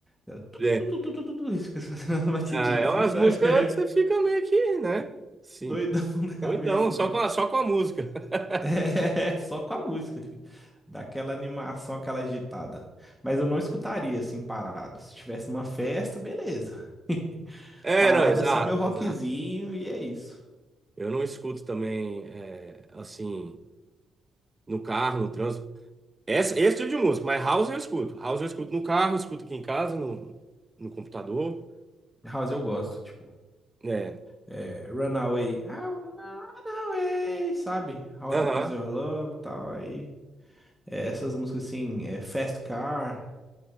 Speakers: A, in the centre; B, on the right (about 20°).
A: É tu,
B: É,
A: tu, tu, tu, tu, tu, tu, tu, isso Fica <laughs> fazendo as batidinhas
B: ah, é umas
A: assim, sabe?
B: músicas
A: <laughs> É
B: que você fica meio que, né? Sim,
A: doidão da cabeça,
B: doidão, só
A: né?
B: com a, só com a música. <laughs>
A: <laughs> É, só com a música, filho. Dá aquela animação, aquela agitada. Mas eu não escutaria assim parado. Se tivesse numa festa, beleza. <laughs>
B: É,
A: Parado
B: não, exato,
A: é só meu rockzinho
B: exato.
A: e é isso.
B: Eu não escuto também, é, assim, no carro, no trânsito. Esse, esse tipo de música, mas house eu escuto. House eu escuto no carro, escuto aqui em casa, no, no computador.
A: House eu gosto, tipo,
B: né?
A: é, Runaway. I wanna run away, sabe? How
B: Aham.
A: Deep Is Your Love, tal, aí. É, essas músicas assim, é, Fast Car,